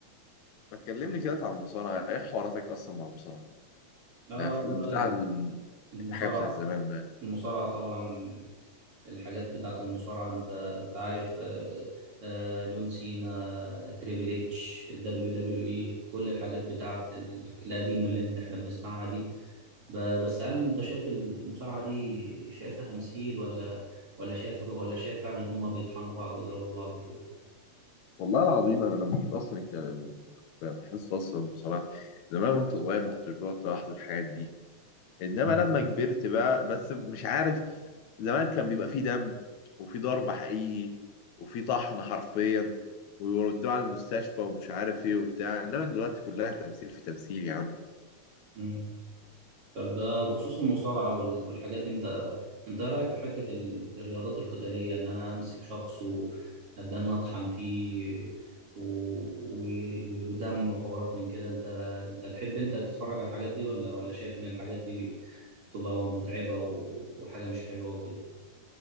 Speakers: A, on the left; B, on the right.
A: ما تكلمني كده على المصارعه ايه حواراتك اصلا مع المصارعه
B: اه
A: لا في
B: والله
A: بتاع الم-
B: المصارعة
A: الحاجات بتاع زمان بقى
B: المصارعة طبعا الحاجات بتاعة المصارعة انت انت عارف آه، آه، جون سينا تريبل اتش دبليو دبليو اي كل الحاجات بتاعة ال- القديمة اللي اللي احنا بنسمعها دي ب- بس هل انت شايف المصارعة دي شايفها تمثيل ولا ولا شايف ولا شايف فعلا ان هم بيطحنوا بعض ويضربوا بعض وكده
A: والله العظيم انا لما جيت اصلا كان بحس اصلا المصارعه زمان وانت صغير ما كنتش بقعد الاحظ الحاجات دي انما
B: مم.
A: لما كبرت بقى بس مش عارف زمان كان بيبقى فيه دم وفيه ضرب حقيقي وفيه طحن حرفيا ويودوه على المستشفى ومش عارف ايه وبتاع انما دلوقتي كلها تمثيل في تمثيل يا عم
B: مم. طب آه، بخصوص المصارعة وال- والحاجات دي انت انت رأيك في حتة ال- الرياضات القتالية ان انا امسك شخص واتدنى اطحن فيه و- و- ودم وحوارات من كده انت انت تحب انت تتفرج على الحاجات دي ولا ولا شايف ان الحاجات دي بتبقى متعبة و- وحاجة مش حلوة وكده